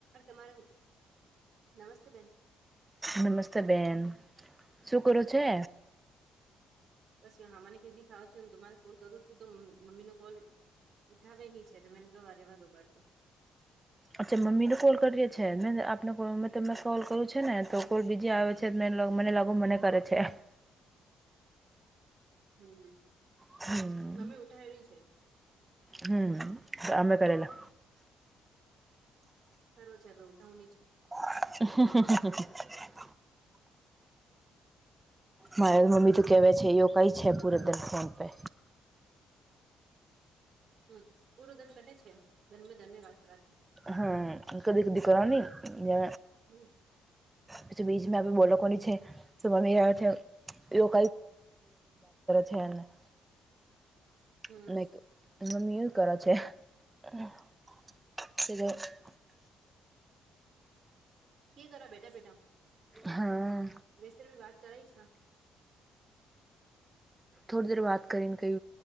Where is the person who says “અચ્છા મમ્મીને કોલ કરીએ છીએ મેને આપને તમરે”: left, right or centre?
Right